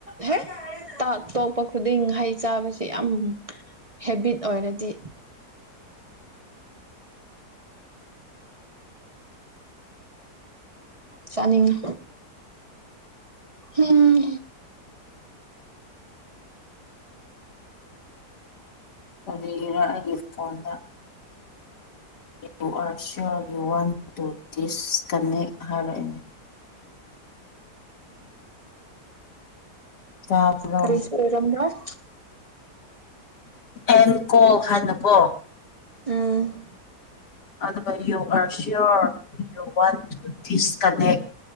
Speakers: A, on the right; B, on the left.
A: ꯍꯦ ꯇ ꯇꯣꯛꯄ ꯈꯨꯗꯤꯡ ꯍꯩ ꯆꯥꯕꯕꯁꯤꯦ ꯌꯥꯝ ꯍꯦꯕꯤꯠ ꯑꯣꯏꯔꯗꯤ ꯆꯥꯅꯤꯡꯉꯤ ꯎꯝ
B: ꯀꯔꯤꯒꯤꯔ ꯑꯩꯒꯤ ꯐꯣꯟꯗ you are sure you want to disconnect ꯍꯥꯏꯔꯛꯑꯦꯅꯦ ꯇꯥꯕ꯭ꯔꯣ
A: ꯀꯔꯤꯁꯨ ꯑꯣꯏꯔꯝꯗꯔ꯭ꯦ
B: ꯑꯦꯟ ꯀꯣ ꯍꯥꯏꯥꯟꯅꯀꯣ
A: ꯎꯝ
B: ꯑꯗꯨꯒ you are sure you want to disconnect